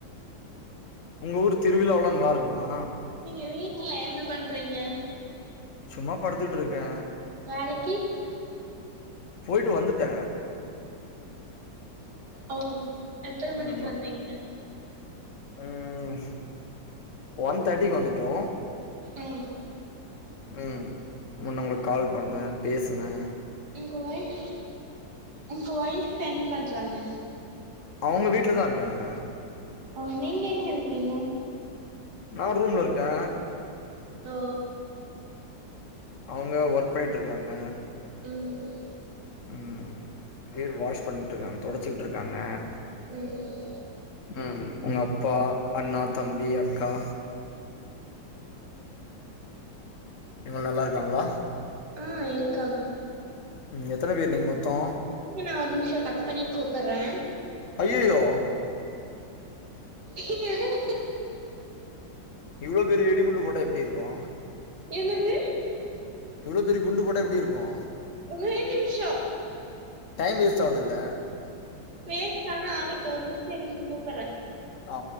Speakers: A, on the left; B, on the right.
A: உங்க ஊர் திருவிழாளா நல்லாருக்குமா
B: நீங்க வீட்டுல என்ன பண்றீங்க
A: சும்மா படுத்துட்டு இருக்கே
B: வேலக்கி
A: போயிட்டு வந்துட்டே
B: ஓ எத்தன மணிக்கு
A: ம்
B: வந்தீங்க
A: ம் ஒன் தேட்டிக்கு வந்துட்டோ
B: ம்
A: ம் முன்னெ உங்களுக்கு கால் பண்ணே பேஸ்னே
B: உங்க வொய்ஃப் உங்க வொய்ஃப் என்ன பண்றாங்க
A: அவங்க வீட்ல தா இருக்காங்க
B: ஓ நீங்க எங்க இருக்கீங்க
A: நா ரூம்ல இருக்கே
B: ஓ
A: அவங்க ஒர்க் பண்ணிட்டுருக்காங்க
B: ம்
A: ம் வீடு வாஷ் பண்ணிட்டு இருக்காங்க தொடச்சுக்கிட்டு இருக்காங்க
B: ம்
A: ம் உங்க அப்பா அண்ணா தம்பி அக்கா இவங்க நல்லா இருக்காங்களா
B: ஆ இருக்காங்க
A: ம் எத்தன பேர் நீங்க மொத்தோ
B: ங்க நா ஒரு நிமிஷோ கட் பண்ணிட்டு கூப்பட்றே
A: அய்யய்யோ
B: என்னங்
A: இவ்ளோ பெரிய வெடிகுண்டு போட்டா எப்டி இருக்கோ
B: என்னது
A: இவ்ளோ பெரிய குண்டு போட்டா எப்டி இருக்கோ
B: ஒரே நிமிஷொ
A: டைம் வேஸ்ட் ஆகுதில்ல
B: போஸ்ட்டானா ஆகட்டும் ஒரு நிமிஷொ இருங்க கூப்பற்றே
A: ஆ